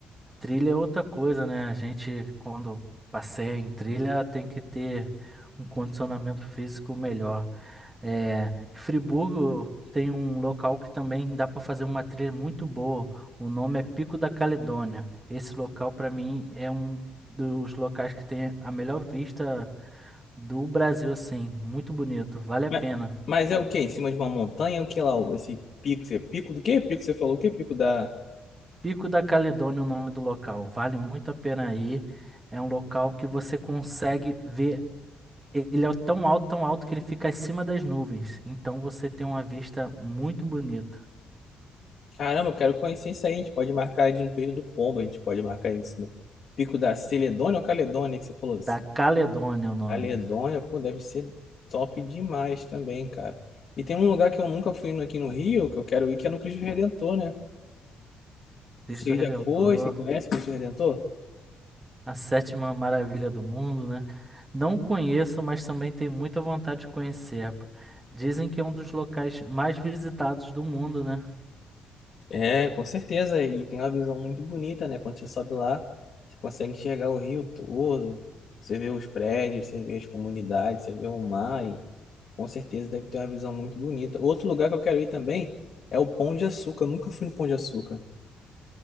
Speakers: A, on the right (about 25°); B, on the left (about 55°).
A: trilha é outra coisa, né? A gente, quando passeia em trilha, tem que ter um condicionamento físico melhor. É, Friburgo tem um local que também dá para fazer uma trilha muito boa. O nome é Pico da Caledônia. Esse local, para mim, é um dos locais que tem a melhor vista do Brasil, assim. Muito bonito, vale a
B: Mas,
A: pena.
B: mas é o quê? Em cima de uma montanha? O que lá? Esse pico? Você- Pico do quê? Pico, você falou o quê? Pico da.
A: Pico da Caledônia é o nome do local. Vale muito a pena ir. É um local que você consegue ver. Ele é tão alto, tão alto que ele fica acima das nuvens. Então você tem uma vista muito bonita.
B: Caramba, eu quero conhecer isso aí. A gente pode marcar de no Peito do Pombo, a gente pode marcar isso no Pico da Celedônia ou Caledônia, que você falou
A: Da
B: assim.
A: Caledônia é o nome.
B: Caledônia, pô, deve ser top demais também, cara. E tem um lugar que eu nunca fui no- aqui no Rio, que eu quero ir, que é no Cristo Redentor, né?
A: Cristo
B: Você
A: Redentor,
B: já foi? Você conhece o Cristo Redentor?
A: a sétima maravilha do mundo, né? Não conheço, mas também tenho muita vontade de conhecer. pá. Dizem que é um dos locais mais visitados do mundo, né?
B: É, com certeza. E tem uma visão muito bonita, né? Quando você sobe lá, você consegue enxergar o rio todo, você vê os prédios, você vê as comunidades, você vê o mar e com certeza deve ter uma visão muito bonita. Outro lugar que eu quero ir também é o Pão de Açúcar. Eu nunca fui no Pão de Açúcar.